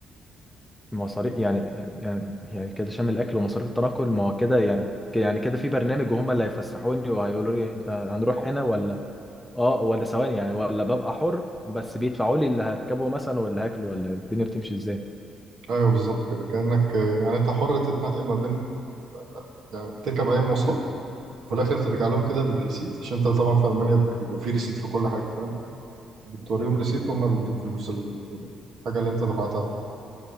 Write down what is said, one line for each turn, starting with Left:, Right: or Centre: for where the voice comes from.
Centre: مصاريف يعني يعني يعني كده شامل الاكل ومصاريف التنقل ما هو كده يعني كده يعني كده في برنامج وهم اللي هيفسحوني وهيقولوا لي انت هنروح هنا ولا اه ولا ثواني يعني ولا ببقى حر بس بيدفعوا لي اللي هركبه مثلا ولا هاكله ولا الدنيا بتمشي ازاي
Right: ايوه بالظبط كده كأنك آه، يعني انت حر تتنقل ما بين يعني تركب اي مواصلات في الاخر ترجع لهم كده بالريسيت عشان انت طبعا في المانيا بيبقى في ريسيت في كل حاجه فاهم بتوريهم ريسيت وهم بيدوك فلوس ال- الحاجه اللي انت دفعتها